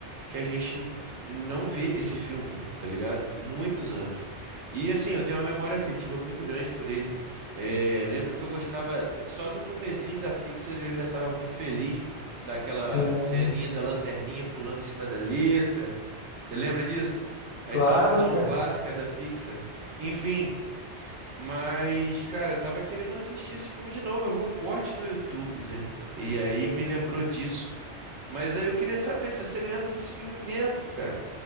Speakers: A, on the right (about 80°); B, on the left (about 65°).
A: que a gente n- não vê esse filme, tá ligado? Muitos anos. E assim, eu tenho uma memória afetiva muito grande por ele. É, lembro que eu gostava só do comecinho da Pixar, eu já estava muito feliz por daquela
B: Sim.
A: ceninha da lanterninha pulando em cima da letra. Você lembra disso? A
B: Claro,
A: introdução
B: cara.
A: clássica da Pixar. Enfim, mas, cara, eu tava querendo assistir esse filme de novo. Eu vi um corte no YouTube, né? E aí me lembrou disso. Mas aí eu queria saber se você lembra desse filme mesmo, cara.